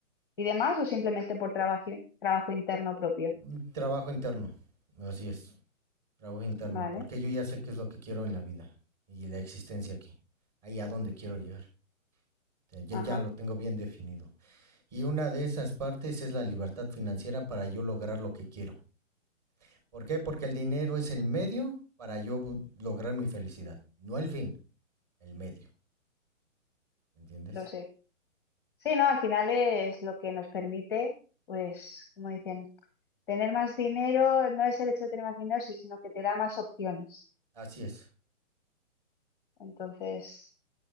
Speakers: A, in the centre; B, on the right.
A: y demás, o simplemente por trabajo, trabajo interno propio,
B: un Trabajo interno, así es. Trabajo interno,
A: vale,
B: porque yo ya sé qué es lo que quiero en la vida y la existencia aquí, ahí a dónde quiero llegar. O sea, Ya,
A: ajá,
B: ya lo tengo bien definido. Y una de esas partes es la libertad financiera para yo lograr lo que quiero. ¿Por qué? Porque el dinero es el medio para yo lograr mi felicidad. No el fin, el medio. ¿Entiendes?
A: lo sé. Sí, no, al final es lo que nos permite, pues, como dicen, tener más dinero no es el hecho de tener más dinero, sí, sino que te da más opciones.
B: Así es.
A: Entonces,